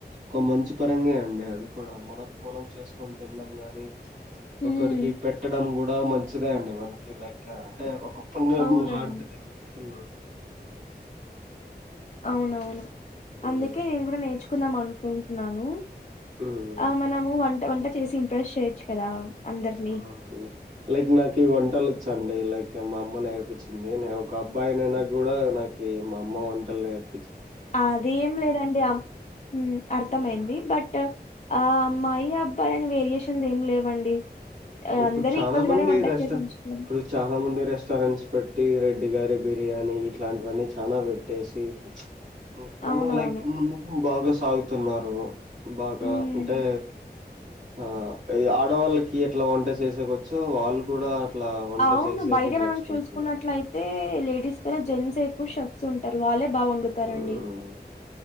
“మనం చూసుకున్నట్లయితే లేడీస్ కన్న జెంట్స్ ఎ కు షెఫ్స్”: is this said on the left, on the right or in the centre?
Left